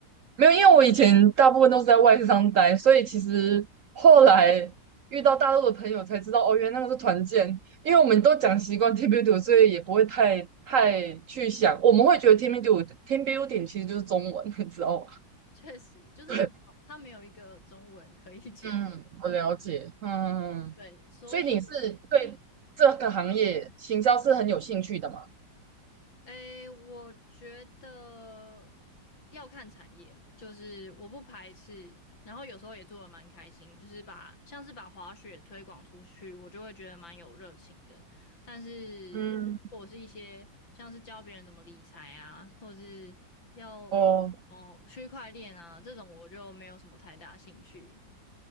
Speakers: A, on the right (about 60°); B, on the left (about 85°).
A: 没有，因为我以前大部分都是在外商待，所以其实后来遇到大陆的朋友才知道，哦，原来那个是团建，因为我们都讲习惯 team building，所以也不会太太去想，我们会觉得 team building team building 其实就是中文，<laughs> 你知道吗？
B: 确实就是没有，
A: 对，
B: 它没有一个中文可以 <laughs> 讲。
A: 嗯，我了解，嗯，
B: 对，所以，
A: 所以你是对这个行业行销是很有兴趣的嘛？
B: 诶，我觉得要看产业，就是我不排斥，然后有时候也做的蛮开心，就是把像是把滑雪推广出去，我就会觉得蛮有热情的。但是，
A: 嗯，
B: 或者是一些像是教别人怎么理财啊，或者是要哦区块链啊这种，
A: 哦。
B: 我就没有什么太大兴趣。